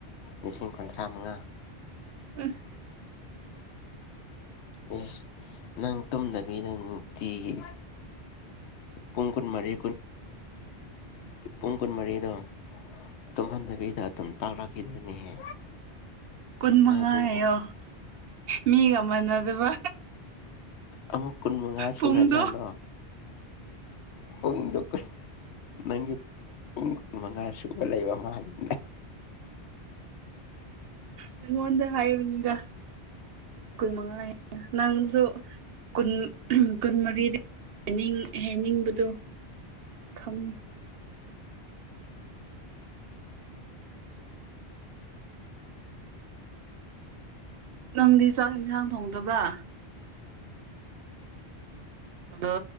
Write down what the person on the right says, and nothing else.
ꯑꯥ
ꯀꯨꯟ ꯃꯉꯥ
ꯍꯥꯏꯌꯣ ꯃꯤꯒ ꯃꯥꯟꯅꯗꯕ
ꯄꯨꯡꯗꯣ
ꯅꯪꯣꯟꯗ ꯍꯥꯏꯕꯅꯤꯗ ꯀꯨꯜ ꯃꯉꯥ ꯅꯪꯁꯨ ꯨ ꯀꯨꯟꯃꯔꯤꯗꯅꯤꯡ ꯍꯥꯏꯅꯤꯡꯕꯗꯣ ꯈꯪꯉꯤ ꯅꯪꯗꯤ ꯆꯥꯛ ꯏꯟꯁꯥꯡ ꯊꯣꯡꯗꯕ꯭ꯔꯥ ꯑꯗꯣ